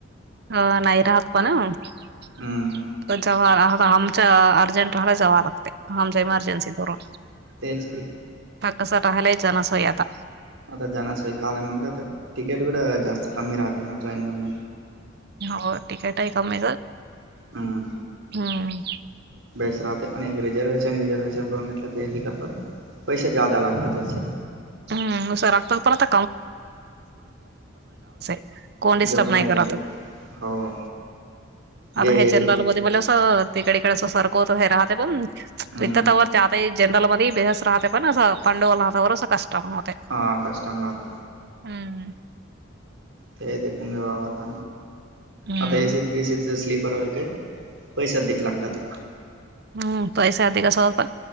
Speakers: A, on the right (about 55°); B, on the right (about 80°).
A: हो नाही राहत पण <unintelligible>
B: हम्म
A: चा अर्जंट राहिले जावा लागतय आमची इमर्जन्सी करून.
B: तेच की
A: ह कसा राहालायचा सोय आता.
B: आता जाण्यासोय कालमधलं, आता तिकीट कडं जास्त कमी राहते ना ट्रेन मध्ये.
A: होय तिकीट आहे कमीच.
B: हम्म.
A: हम्म.
B: बेस्ट राहते आणि एक रिझर्वेशन गिझर्वेशन करून बेफिकीर पैसे जादा लागतात वरच्या.
A: हम्म मुसरगतो पण आता <unintelligible> कोणीच डिस्टर्ब
B: जपून
A: नाही
B: व्हायचं
A: करत,
B: ते हो
A: आता
B: गे
A: हेच्या. म्हणजे मला असं तिकड इकडे अस सरकत राहते. पण
B: हम्म
A: इथ तवर त्याते. जनरलमध्ये बेहस राहते पण, असं पांडुवला राहता वर असं कष्ट पण होते.
B: हां कस्टमर.
A: हम्.
B: ते देखूे वा वाता
A: हम्म
B: आता, एसीत गसीच स्लीपर व काही. पैसे अधिक लागतात.
A: हम्म, पैसा आधी कसा होता.